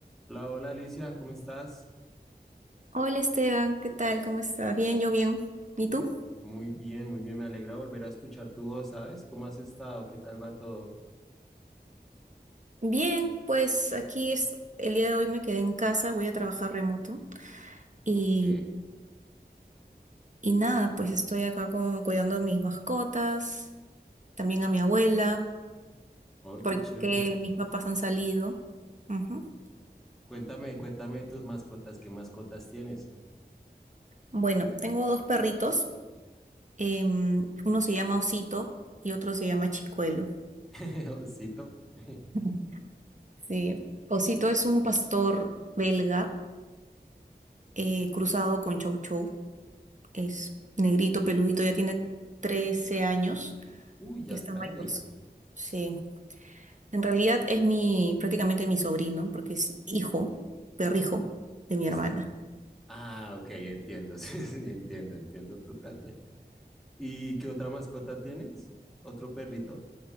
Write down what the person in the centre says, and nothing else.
Hola, hola Alicia, ¿cómo estás?
Mm, Muy bien, muy bien, me alegra volver a escuchar tu voz, ¿sabes? ¿Cómo has estado? ¿Qué tal va todo?
Ok,
oh, qué
chévere.
Cuéntame, cuéntame de tus mascotas, ¿qué mascotas tienes?
<laughs> Osito. <laughs>
Uy, ya
es grande.
Ese-
Ah, ok, entiendo, <laughs> sí, sí, entiendo, entiendo totalmente. ¿Y qué otra mascota tienes? ¿Otro perrito?